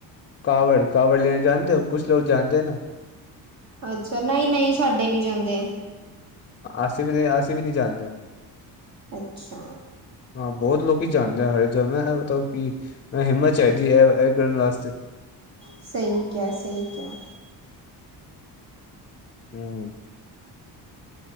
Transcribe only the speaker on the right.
ਅੱਛਾ ਨਹੀਂ-ਨਹੀਂ ਸਾਡੇ ਨੀ ਜਾਂਦੇ।
ਅੱਛਾ।
ਸਹੀ ਕਿਆ-ਸਹੀ ਕਿਆ।